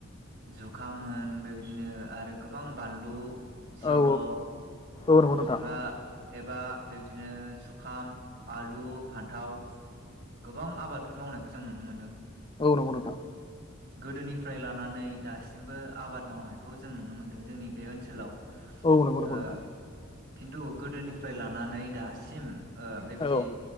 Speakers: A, on the right; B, on the left.
A: जुखाम होन बेबादि दिनो आरो गोबां बानलु सिब्र'
B: औ औ नंगौ नोंथां
A: एबा एबा बेबादिनो जुखाम आलु फान्थाव गोबां आबादफोर मावनायखौ जों नुनो मोनदों।
B: औ नोंगौ नोंथां।
A: गोदोनिफ्राय लानानै दासिमबो आबाद मावनाय खौ जों नुनो मोन्दों जोंनि बे ओनसोलाव।
B: औ नौंगौ नोंगौ
A: ओ
B: नोंथां।
A: खिन्थु गोदोनिफ्राय लानानै दासिम ओ बेबायदि
B: औ